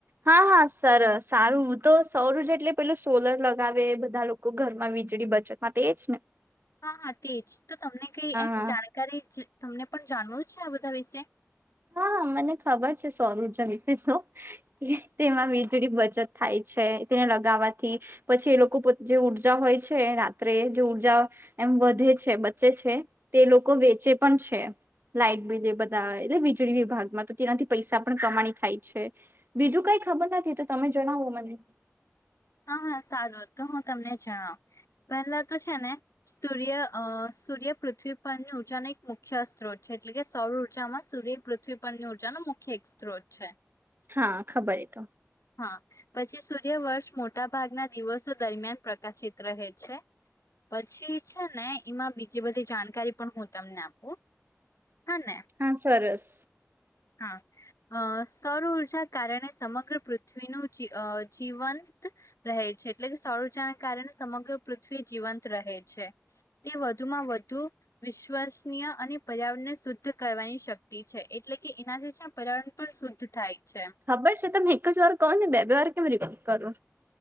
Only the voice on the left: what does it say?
હા હા તેજ તો તમને કઈ એમ
જાણકારી જ તમને પણ જાણવું છે આ બધા વિશે <inaudible>
<inaudible> હા હા સારું હતો. હું તમને જણાવ. પહેલા તો છે ને સૂર્ય અ સૂર્ય પૃથ્વી પરની ઉર્જાનો એક મુખ્ય સ્ત્રોત છે. એટલે કે સૌર ઉર્જામાં સૂર્ય પૃથ્વી પરની ઉર્જાનો મુખ્ય એક સ્ત્રોત છે.
હા પછી સૂર્યવર્ષ મોટા ભાગના દિવસો દરમિયાન પ્રકાશિત રહે છે. પછી છે ને એમાં બીજી બધી જાણકારી પણ હું તમને આપું હા ને
હા અ સૌર ઊર્જા કારણે સમગ્ર પૃથ્વીનું જી અ જીવન રહે છે. એટલે કે સૌર ઉર્જાને કારણે સમગ્ર પૃથ્વી જીવંત રહે છે. તે વધુમાં વધુ વિશ્વસનીય અને પર્યાવરણને શુદ્ધ કરવાની શક્તિ છે. એટલે કે એના જે છેને પર્યાવરણ પણ શુદ્ધ થાય છે